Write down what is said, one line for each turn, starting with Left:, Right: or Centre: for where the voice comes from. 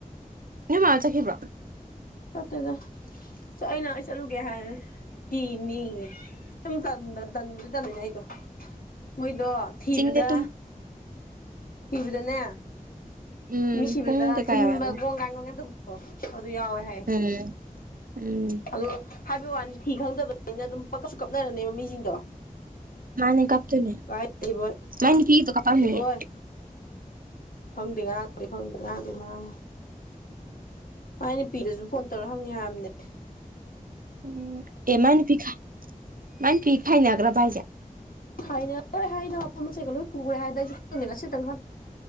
Right: ꯅꯣꯏ ꯃꯥ ꯆꯠꯈꯤꯕꯕ꯭ꯔꯣ
Left: ꯁꯇꯗ ꯑꯩꯅ ꯆꯂꯨꯒ ꯍꯥꯏ ꯀꯅꯤ ꯆ ꯀ ꯇꯟꯕꯗꯤ ꯇꯜꯂꯣꯏꯅꯦ ꯑꯩꯗꯣ ꯃꯣꯏꯗꯣ ꯊꯤꯕꯗ
Right: ꯆꯤꯡꯗ ꯇꯨꯝ
Left: ꯁꯤꯕꯗꯅꯦ
Right: ꯎꯝ
Left: ꯃꯤ ꯁꯤꯕꯗ
Right: ꯄꯨꯡ ꯀꯩꯀꯥ
Left: ꯊꯤꯟꯕ
Right: ꯌꯥꯎꯋꯦꯕ
Left: ꯀꯣꯡꯒꯥꯏꯒꯒ ꯇꯧꯕ ꯑꯣ ꯑꯗꯨ ꯌꯥꯎꯋꯦ ꯍꯥꯏ
Right: ꯎꯝ ꯎꯝ
Left: ꯑꯗꯣ ꯍꯥꯏꯕ ꯋꯥꯅꯤ ꯊꯤ ꯈꯪꯗꯕꯅꯤꯅ ꯑꯗꯨꯝ ꯄꯁꯨ ꯀꯞꯅꯔꯅꯦꯕ ꯃꯤꯁꯤꯡꯗꯣ
Right: ꯃꯥꯅꯦ ꯀꯞꯇꯣꯏꯅꯦ
Left: ꯀꯥꯏꯕꯣꯏ
Right: ꯃꯥꯏ ꯅꯨꯄꯤꯒꯤꯗꯣ ꯀꯞꯄꯝꯅꯤꯌꯦ
Left: ꯐꯪꯗꯦ ꯉꯔꯥꯡꯗꯤ ꯐꯪꯗ ꯉꯥꯡꯗꯤ ꯃꯥꯡꯉꯤ ꯃ ꯅꯨꯄꯤꯗꯁꯨ ꯐꯣꯟ ꯇꯧꯔ ꯍꯪꯉꯦ ꯍꯥꯏꯔꯝꯅꯦ
Right: ꯎꯝ ꯑꯦ ꯃꯅꯤꯕꯤ ꯃꯅꯤꯄꯤ ꯈꯥꯏꯅꯒ꯭ꯔ ꯏꯖꯦ
Left: ꯍꯥꯏꯅꯦ ꯍꯥꯏꯅ ꯃꯐꯝ ꯃꯆꯩꯒ ꯂꯣꯏ ꯄꯨꯈ꯭ꯔꯦ ꯍꯥꯏꯅ ꯑꯩꯁꯨ ꯈꯒ ꯁꯤꯇꯪ